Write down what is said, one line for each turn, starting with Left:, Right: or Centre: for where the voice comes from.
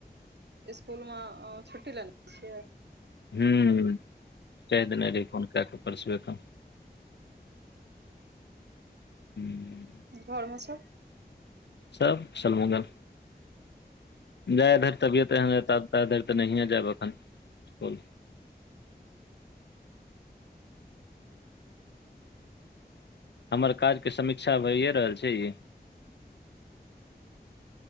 Right: इसकुल मे छुट्टी लेने छियै
Left: हूँ कहि देने रहहि फोन कए कऽ परसबे क हूँ
Right: घरमे सब
Left: सब कुसल मंगल जाय इधर तबियत तऽ देरि तऽ नहिए जायब अखन इसकुल हमर काजके समीक्षा भइए रहल छै ई